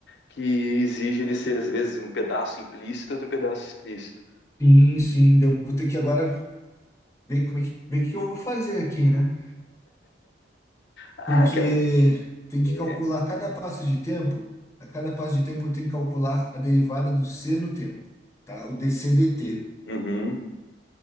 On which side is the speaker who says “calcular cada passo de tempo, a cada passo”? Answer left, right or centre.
Left